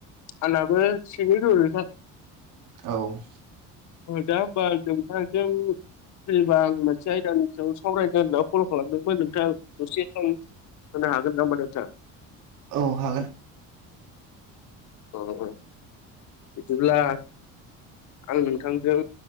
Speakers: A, on the left (about 60°); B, on the right (about 70°).
A: आंनाबो थिगैनो दं नोंथां।
B: औ।
A: दा होमबा आं नोंथांजों फैबा आं मोनसे आयदानि सायाव सावरायनो होनदों। कल खालामदोंमोन नोंथां दसे सम होनो हागोन नामा नोंथां?
B: औ हागोन।
A: अह बिदिब्ला आं नोंथांजों